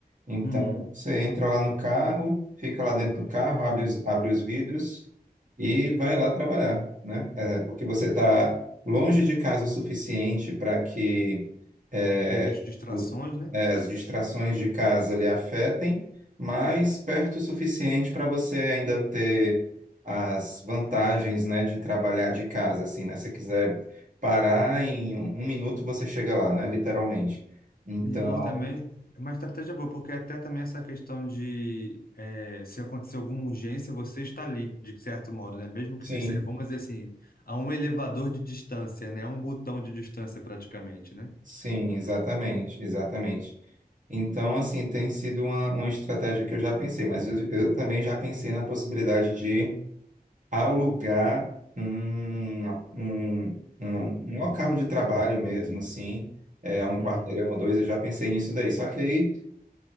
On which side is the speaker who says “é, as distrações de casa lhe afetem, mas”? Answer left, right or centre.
Right